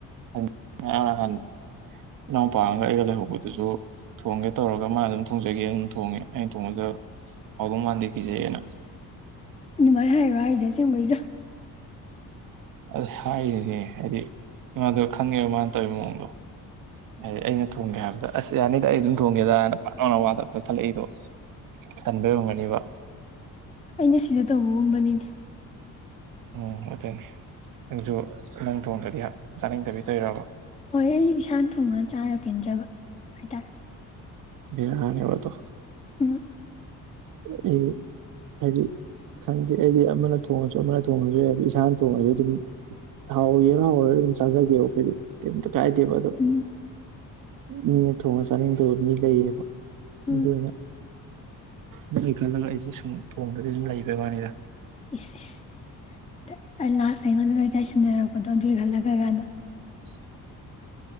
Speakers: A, on the right; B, on the left.
A: ꯑ ꯉꯔꯥꯡ ꯉꯍꯥꯟ ꯏꯅꯥꯎꯄꯥ ꯑꯝꯒ ꯑꯩꯒ ꯂꯩꯍꯧꯕꯗꯨꯖꯨ ꯊꯣꯡꯒꯦ ꯇꯧꯔꯒ ꯃꯥ ꯑꯗꯨꯝ ꯊꯣꯡꯖꯒꯦꯅ ꯊꯣꯡꯉꯦ ꯑꯩꯅ ꯊꯣꯡꯉꯖꯨꯌꯥ ꯍꯥꯎꯗꯧ ꯃꯥꯟꯗꯦ ꯀꯤꯖꯩꯌꯦꯅ
B: ꯑꯗꯨꯃꯥꯏꯅ ꯍꯥꯏꯔꯣ ꯍꯥꯏꯖꯦ ꯑꯁꯦꯡꯕꯩꯖ‌ꯣ
A: ꯑꯥꯁ ꯍꯥꯏꯔꯤꯅꯦ ꯍꯥꯏꯗꯤ ꯃꯥꯗꯣ ꯈꯪꯉꯦꯕ ꯃꯥꯅ ꯇꯧꯔꯤ ꯃꯑꯣꯡꯗꯣ ꯑꯗꯩ ꯑꯩꯅ ꯊꯣꯡ ꯊꯣꯡꯒꯦ ꯍꯥꯏꯕꯗ ꯑꯁ ꯌꯥꯅꯤꯗ ꯑꯩ ꯑꯗꯨꯝ ꯊꯣꯡꯒꯦꯗꯥꯅ ꯄꯠ ꯂꯥꯎꯅ ꯋꯥ ꯄꯠ ꯀꯛꯊꯠꯂꯛꯏꯗꯣ ꯀꯟꯕꯩ ꯑꯣꯏꯔꯝꯒꯅꯤꯕꯥ
B: ꯑꯩꯅ ꯁꯤꯗ ꯇꯧꯕꯒꯨꯝꯕꯅꯤꯅꯦ
A: ꯎꯝ ꯑꯗꯨꯅꯤ ꯅꯪꯖꯨ ꯅꯪ ꯊꯣꯡꯗ꯭ꯔꯗꯤ ꯌꯥ ꯆꯥꯅꯤꯡꯗꯕꯤ ꯇꯧꯔꯤꯔꯕ
B: ꯍꯣꯏ ꯑꯩ ꯏꯁꯥꯅ ꯊꯣꯡꯉ ꯆꯥꯔ ꯄꯦꯟꯖꯕ ꯍꯥꯏꯇꯥꯔꯦ
A: ꯚꯦꯂꯨ ꯃꯥꯡꯅꯤ ꯍꯥꯏꯕ ꯑꯗꯣ
B: <unintelligible>
A: <unintelligible> ꯍꯥꯏꯗꯤ ꯁꯟꯖꯦ ꯑꯩꯗꯤ ꯑꯃꯅ ꯊꯣꯡꯉꯁꯨ ꯑꯃꯅ ꯊꯣꯡꯉꯁꯨ ꯌꯥꯏꯕ ꯏꯁꯥꯅ ꯊꯣꯡꯉꯁꯨ ꯑꯗꯨꯝ ꯍꯥꯎꯒꯦꯔꯥꯍꯥꯎꯔꯣꯏꯔ ꯑꯗꯨꯝ ꯆꯥꯖꯒꯤꯌꯦꯕ ꯈꯣꯏꯗꯤ ꯀꯩꯝꯇ ꯀꯥꯏꯗꯦꯕ ꯑꯗꯣ
B: ꯎꯝ
A: ꯃꯤꯅ ꯊꯣꯡꯉ ꯆꯥꯅꯤꯡꯗꯕ ꯃꯤ ꯂꯩꯌꯦꯕ
B: ꯎꯝ
A: ꯑꯗꯨꯅ ꯅꯪꯒꯤ ꯈꯜꯂꯒ ꯑꯩꯁꯦ ꯁꯨꯝ ꯊꯣꯡꯗꯕꯤ ꯑꯗꯨꯝ ꯂꯩꯕꯩ ꯋꯥꯅꯤꯗ
B: ꯏꯁ ꯏꯁ ꯇꯠ ꯂꯥꯁꯇ ꯑꯩꯉꯣꯟꯗ ꯂꯣꯏ ꯇꯥꯏꯁꯟꯅꯔꯛꯄꯗꯣ ꯑꯗꯨꯏ ꯈꯜꯂꯒ ꯒꯥꯏꯅ
A: <inaudible>